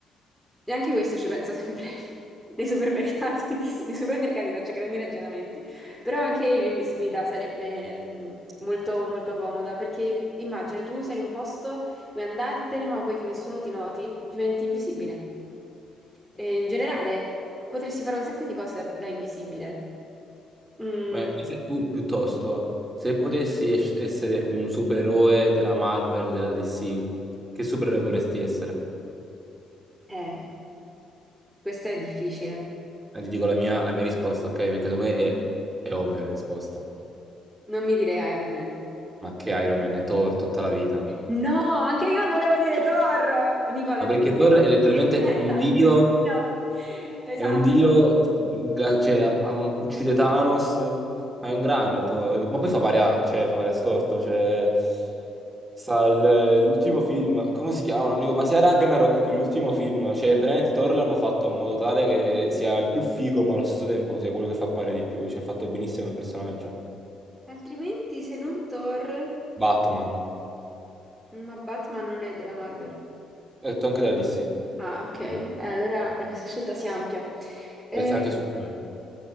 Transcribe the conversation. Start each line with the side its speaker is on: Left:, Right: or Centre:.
Centre: E anche questo ci penso sempre <laughs> nei supermercati. <laughs> Nei supermercati faccio grandi ragionamenti. Però anche l'invisibilità sarebbe mm, molto, molto comoda perché immagina tu sei in un posto, vuoi andartene, ma vuoi che nessuno ti noti, diventi invisibile. E in generale potresti fare un sacco di cose da, da invisibile. Mm,
Right: Ma invece tu piuttosto, se potessi es- essere un supereroe della Marvel, della DC, che supereroe vorresti essere?
Centre: eh, questo è difficile.
Right: Eh, Ti dico la mia, la mia risposta, ok? Perché secondo me è, è ovvia la risposta.
Centre: Non mi direi Iron Man.
Right: Ma che Iron Man è Thor tutta la vita?
Centre: No, anche io volevo dire Thor. Nicola,
Right: Ma
Centre: devi
Right: perché
Centre: smettere.
Right: Thor è letteralmente un
Centre: <laughs>
Right: dio,
Centre: È un dio. Esatto.
Right: è un dio, ga- cioè am- am- uccide Thanos, ma è un grande Thor. eh, Ma poi fa pari a, cioè fa pari a storto, cioè... Sta il- l'ultimo film, come si chiama? amico? Ma sia Ragnarok che l'ultimo film, cioè veramente Thor l'hanno fatto in modo tale che sia il più figo, ma allo stesso tempo sia quello che fa pare di più, cioè è fatto benissimo il personaggio.
Centre: Altrimenti, se non Thor,
Right: Batman.
Centre: ma Batman non è della Marvel.
Right: Ho detto anche della DC,
Centre: Ah, ok. Eh, allora questa scelta si ampia. Eh,
Right: pensa anche su Batman.